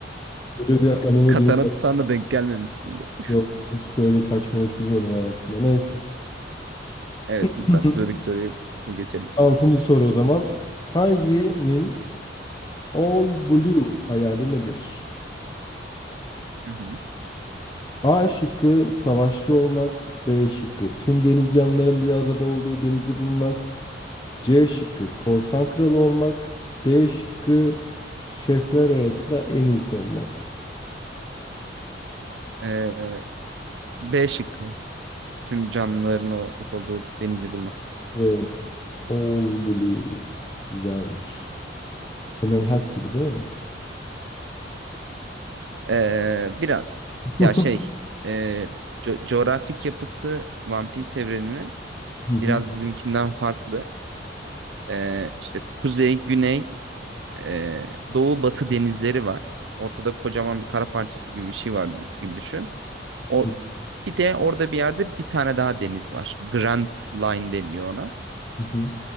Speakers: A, on the left; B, on the right.
A: böyle bir anime
B: Katana
A: dünyası
B: tutan da denk gelmemişsindir.
A: yok. Hiç böyle saçmalık duymadım hayatımda. Neyse.
B: Evet
A: <laughs>
B: lütfen sıradaki soruya geçelim.
A: Altıncı soru o zaman. Sanji'nin All Blue hayali nedir?
B: Hı hı.
A: A şıkkı savaşçı olmak. B şıkkı tüm deniz canlıların bir arada olduğu denizi bulmak. C şıkkı korsan kralı olmak. D şıkkı şefler arasında en iyisi olmak.
B: Ee, B şıkkı. Tüm canlıların ortak olduğu denizi bulmak.
A: Yes. All Blue. Güzelmiş. Enel Hak gibi değil mi?
B: Ee, biraz
A: <laughs>
B: ya şey e, co- coğrafik yapısı One Piece evreninin
A: Hı hı,
B: biraz bizimkinden farklı. Ee, işte kuzey, güney, e, doğu, batı denizleri var. Ortada kocaman bir kara parçası gibi bir şey var gibi düşün. O,
A: hı
B: bir de orada bir yerde bir tane daha deniz var. Grand Line deniyor ona.
A: hı,